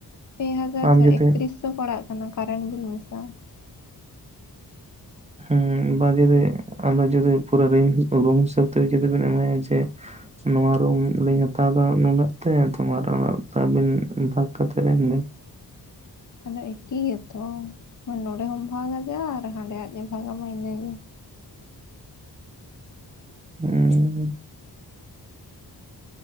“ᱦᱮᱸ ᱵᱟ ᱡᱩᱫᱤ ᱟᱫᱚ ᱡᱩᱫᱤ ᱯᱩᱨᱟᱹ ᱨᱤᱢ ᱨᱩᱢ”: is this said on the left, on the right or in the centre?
Right